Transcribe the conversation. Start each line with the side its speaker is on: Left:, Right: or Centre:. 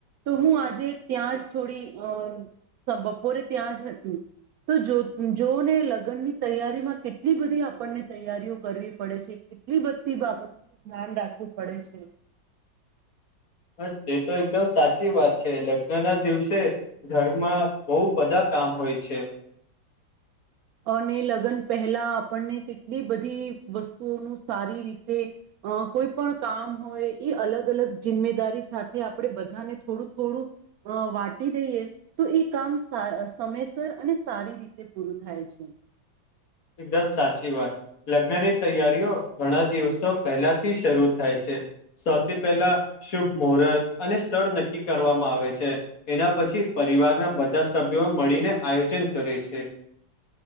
Right: તો હું આજે ત્યાં જ થોડી અ બપોરે ત્યાં જ હતી તો જો જોવોને લગનની તૈયારીમાં કેટલી બધી આપણને તૈયારીઓ કરવી પડે છે એટલી બધી બાબતોનું ધ્યાન રાખવું પડે છે
Left: હ તે તો એકદમ સાચી વાત છે લગ્નના દિવસે ઘરમાં બહુ બધા કામ હોય છે
Right: <inaudible> અને લગન પહેલા આપણને કેટલી બધી વસ્તુઓનું સારી રીતે અ કોઈ પણ કામ હોય એઈ અલગ અલગ જિમ્મેદારી સાથે આપડે બધાને થોડું થોડું અ વાટી દઈએ તો એ કામ સાર સમયસર અને સારી રીતે પૂરું થાય છે <inaudible>
Left: એકદમ સાચી વાત લગ્નની તૈયારીઓ ઘણા દિવસો પહેલાથી શરૂ થાય છે સૌથી પહેલા શુભ મુહૂર્ત અને સ્થળ નક્કી કરવામાં આવે છે એના પછ છી પરિવારના બધા સભ્યો મળીને આયોજન કરે છે